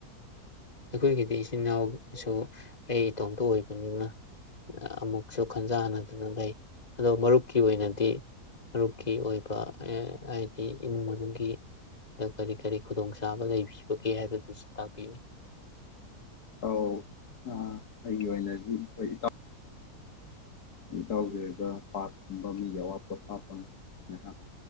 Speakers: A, on the left (about 25°); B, on the left (about 75°).
A: ꯑꯩꯈꯣꯏꯒꯤꯗꯤ ꯏꯆꯤꯟꯜ ꯏꯅꯥꯎꯁꯨ ꯑꯩ ꯏꯇꯣꯝꯇ ꯑꯣꯏꯕꯅꯤꯅ ꯑꯃꯨꯛꯁꯨ ꯈꯟꯖ ꯍꯥꯟꯅꯗꯨꯅ ꯂꯩ ꯑꯗꯣ ꯃꯔꯨꯞꯀꯤ ꯑꯣꯏꯅꯗꯤ ꯃꯔꯨꯞꯀꯤ ꯑꯣꯏꯕ ꯍꯥꯏꯗꯤ ꯏꯃꯨꯡ ꯃꯅꯨꯡꯒꯤ ꯀꯔꯤ ꯀꯔꯤ ꯈꯨꯗꯣꯡꯆꯥꯥꯕ ꯂꯩꯕꯤꯕꯒꯦ ꯍꯥꯏꯕꯗꯨꯁꯨ ꯇꯥꯛꯄꯤꯌꯨ
B: ꯑꯧ ꯑꯩꯒꯤ ꯑꯣꯏꯅꯗꯤ ꯍꯣꯏ ꯏꯇꯥꯎ ꯏꯇꯥꯎꯒꯤ ꯑꯣꯏꯕ ꯄꯥꯔꯀꯨꯝꯕ ꯃꯤꯒꯤ ꯑꯋꯥꯠꯄꯣꯊꯥꯐꯝ ꯉꯥꯏꯍꯥꯛ